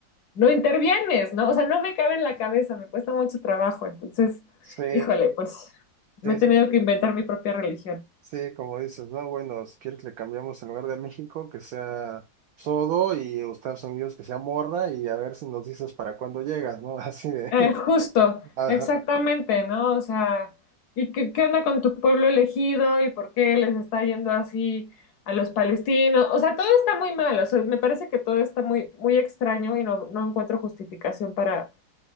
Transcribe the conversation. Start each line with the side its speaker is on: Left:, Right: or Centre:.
Left: no intervienes, ¿no? O sea, no me cabe en la cabeza, me cuesta mucho trabajo. Entonces,
Right: sí,
Left: híjole, pues me
Right: sí,
Left: he tenido
Right: sí, sí,
Left: que inventar mi propia religión.
Right: sí, como dices, no, bueno, si quieres le cambiamos en lugar de México que sea Sodo y Estados Unidos que sea Morra y a ver si nos dices para cuándo llegas, ¿no? <laughs> Así de,
Left: Eh, justo,
Right: <laughs> ajá,
Left: exactamente, ¿no? O sea, ¿y qué, qué onda con tu pueblo elegido y por qué les está yendo así a los palestinos? O sea, todo está muy mal, o sea, me parece que todo está muy, muy extraño y no, no encuentro justificación para,